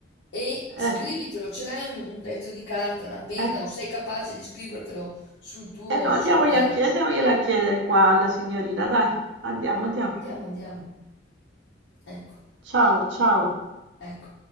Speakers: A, on the left; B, on the right.
A: e scrivitelo.
B: Eh,
A: Ce l'hai un un pezzo di carta, una penna
B: eh,
A: o sei capace di scrivertelo sul tuo
B: eh no, andiamogli
A: cellulare?
B: a chied- andiamogliela a chiedere qua alla signorina, dai. Andiamo, andiamo.
A: Andiamo, andiamo. Ecco.
B: Ciao, ciao.
A: Ecco,